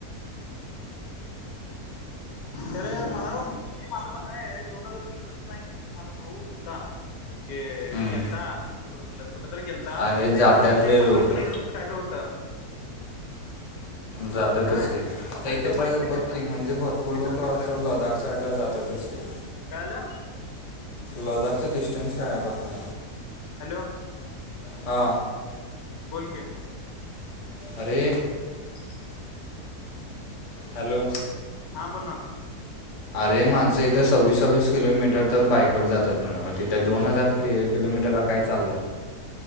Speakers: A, on the left; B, on the left.
A: तर मला ओ म्हणजे माझं म्हणणं आहे दोन हजार किलोमी टर आहे कणी माझा भाऊ होता. म्हणजे
B: हम्म.
A: गेलता. कुठल कुठ तरी गेलता.
B: अरे
A: तिथे
B: जातात
A: एकोणीशे
B: रे
A: पन्नास
B: लोक
A: किलोमीटर फक्त काय तर होतं.
B: जात्यातच
A: काय
B: की. आता
A: आणि
B: इथं
A: तो बाईकने
B: ब
A: गेलता
B: बघ की म्हणजे भरपूर
A: मित्र
B: लोक
A: मित्र
B: असं लदाख साईड ला जातातच की.
A: काय झालं.
B: लदाखचा डिस्टन्स काय आहे बघ ना?
A: हॅलो,
B: हा
A: बोल की?
B: अरे हॅलो,
A: हां बोल ना,
B: अरे माणसं इथे सव्वीस सव्वीस किलोमीटर तर बाईकवर जातात म्हनाला तिथे दोन हजार क किलोमीटरला काय चाललंय?